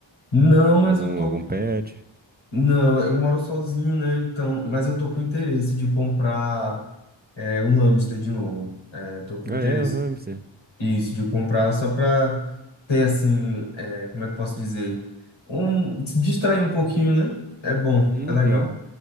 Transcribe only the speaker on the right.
Algum,
algum pet?
Ah, é, um hamster.
Uhum.